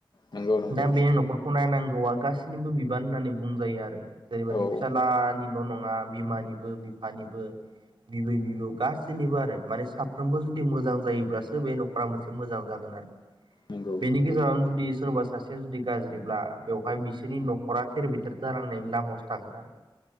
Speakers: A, on the left (about 60°); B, on the right (about 75°).
A: नंगौ नंगौ
B: दा बे न'खरखौ। गनायनांगौआ गाससिनिबो बिबान होननानै बुंजायो आरो जेरैबायदि
A: औ
B: फिसालानि न' नङा बिमानिबो बिफानिबो बिबै बिबौ गाससिनिबो आरो माने साफ्रोमबो जुदि मोजां जायोब्ला बे न'खा मोनसे मोजां जागोन आरो
A: नंगौ
B: बेनि। गेजेरावनो जुदि सोरबा सासेया जुदि गाज्रिब्ला बेवहाय बिसोरनि न'खरा थेर बेथेर जालांनायनि लामायावसो थागोन